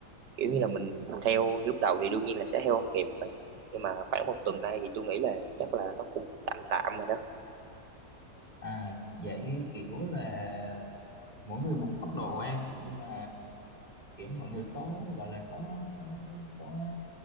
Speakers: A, on the right; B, on the left.
A: kiểu như là mình theo lúc đầu thì đương nhiên là sẽ theo không kịp rồi nhưng mà khoảng một tuần nay thì tôi nghĩ là chắc là nó cũng tạm tạm rồi đó
B: à vậy kiểu là mỗi người một tốc độ ăn nhưng mà kiểu mọi người có gọi là có có có, có